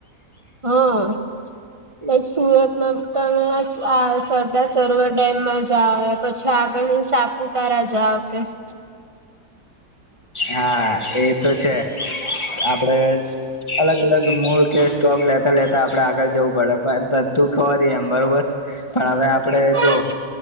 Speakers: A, on the right; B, on the left.
A: હા લક સુરતમાં તમે આ સરદાર સરોવર ડેમમાં જાઓ પછી આગળ સાપુતારા જાઓ. <unintelligible>
B: હા એ તો છે. આપડે અલગ અલગ મોડ કે સ્ટોપ લેતા લેતા આપડે આગળ જવું પડે પણ. તું ખબર એમ બરોબર પણ હવે આપણે
A: વધતી
B: જો